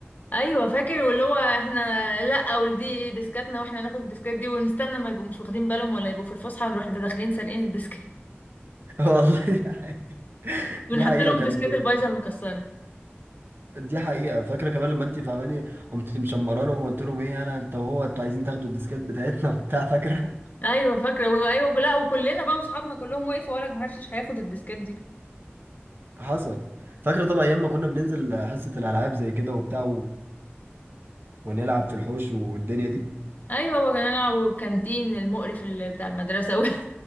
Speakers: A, on the left (about 45°); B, on the right (about 55°).
A: ايوه فاكر واللي هو احنا لا ودي ديسكاتنا واحنا ناخد الديسكات دي ونستنى ما يبقوا مش واخدين بالهم ولا يبقوا في الفسحه نروح داخلين سارقين الديسكات
B: <laughs> والله دي حقيقة
A: <laughs> ونحط
B: دي حقيقة
A: لهم
B: وكان
A: الديسكات البايظه المكسره
B: دي حقيقة فاكرة كمان لما انت فاهماني قمت مشمرانه وقلت لهم ايه انا انت وهو انتوا عايزين تاخدوا الديسكات بتاعتنا <laughs> وبتاع فاكرة
A: ايوه فاكره و- ايوه لا وكلنا بقى واصحابنا كلهم وقفوا وراك ما حدش هياخد الديسكات دي
B: حصل فاكرة طبعا أيام ما كنا بننزل حصة الألعاب زي كده وبتاع ونلعب في الحوش والدنيا دي
A: ايوه هو كان نلعب والكانتين المقرف اللي بتاع المدرسه وال-